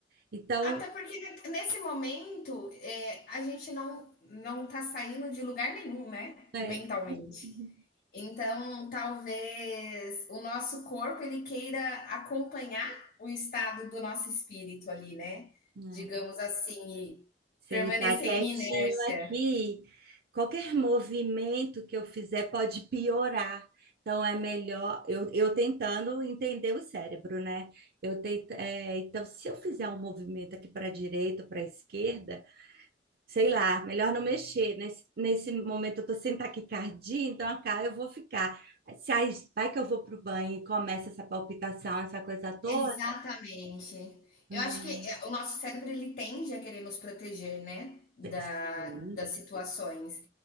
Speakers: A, on the right; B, on the left.
A: Então,
B: Até porque nesse momento é, a gente não não tá saindo de lugar nenhum, né?
A: é.
B: Mentalmente.
A: Uhum.
B: Então, talvez o nosso corpo ele queira acompanhar o estado do nosso espírito ali, né,
A: é.
B: digamos assim, e
A: Se
B: permanecer
A: ele está quietinho
B: em inércia.
A: aqui, qualquer movimento que eu fizer pode piorar. Então é melhor eu, eu tentando entender o cérebro, né? Eu tento, é, então, se eu fizer um movimento aqui para a direita, para a esquerda, sei lá, melhor não mexer. Nesse, nesse momento eu estou sem taquicardia, então acá eu vou ficar. Se aí vai que eu vou para o banho e começa essa palpitação, essa coisa toda,
B: Exatamente.
A: né?
B: Eu acho que, eh, o nosso cérebro ele tende a querer nos proteger, né, da
A: Sim.
B: das situações.